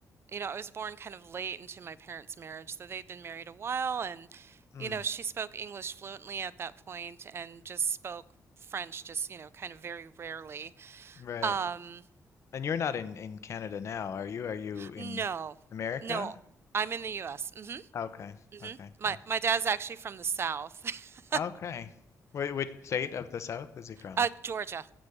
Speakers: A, on the right; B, on the left.
A: you know, I was born kind of late into my parents' marriage, so they'd been married a while, and
B: Mm.
A: you know, she spoke English fluently at that point and just spoke French just, you know, kind of very rarely.
B: Right.
A: Um,
B: And you're not in in Canada now, are you? Are you in
A: no.
B: America?
A: No. I'm in the US. Mhm.
B: Okay.
A: Mhm.
B: Okay,
A: My
B: cool.
A: my dad's actually from the South. <laughs>
B: Okay. Wh which state of the South is he from?
A: Uh, Georgia.